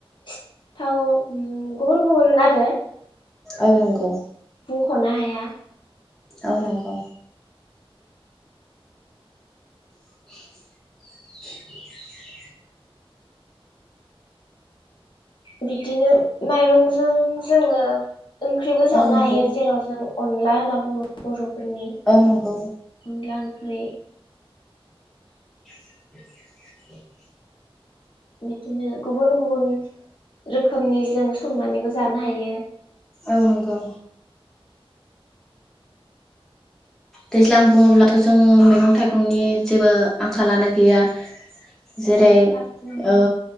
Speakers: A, on the left (about 55°); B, in the centre.
A: सिथाव ओम गुबुन गुबुन आरो
B: औ नंगौ।
A: बुंखनो हाया,
B: औ नंगौ। <inaudible>
A: बिदिनो माइरंजों जोङो ओंख्रिबो जानो
B: औ नंगौ
A: हायो जेराव जों अनला होनना बुङो बर'फोरनि
B: औ नंगौ
A: अनला ओंख्रि।
B: <inaudible>
A: बिदिनो गुबुन-गुबुन रोखोमनि जों संनानैबो जानो हायो।
B: औ नंगौ। दैज्लां बुङोब्लाथ' जोङो मैगं थाइगंनि जेबो आंखालानो गैया। जेरै
A: औ थारैनो नंगौ
B: ओ